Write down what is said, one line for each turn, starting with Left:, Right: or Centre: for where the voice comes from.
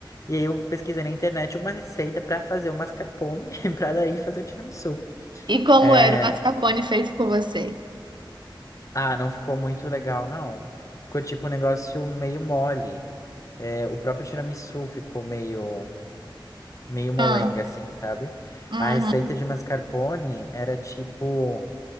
Left: E aí eu pesquisei na internet uma receita pra fazer o mascarpone, <laughs> pra daí fazer o tiramisu.
Right: E como
Left: É,
Right: era o mascarpone feito por você?
Left: Ah, não ficou muito legal, não. Ficou tipo um negócio meio mole. É, o próprio tiramisu ficou meio, meio molenga,
Right: Ah,
Left: assim, sabe?
Right: uhum.
Left: A receita de mascarpone era tipo,